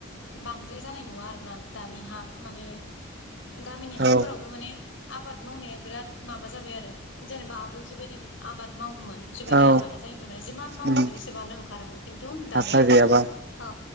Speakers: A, on the left; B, on the right.
A: बांद्राय जानाय नुवा आरोना दानि हा माने गामिनि हाफोरावबो
B: औ
A: माने आबाद मावनाया बिराद माबा जाबाय आरो जेनेबा जिबायदि आबाद मावोमोन जिबायदि
B: औ
A: आबादा जायोमोन माने जिमान मावोमोन
B: उम
A: एसेबांनो ओंखारोमोन किन्तु दानिया
B: हासार गैयाबा
A: औ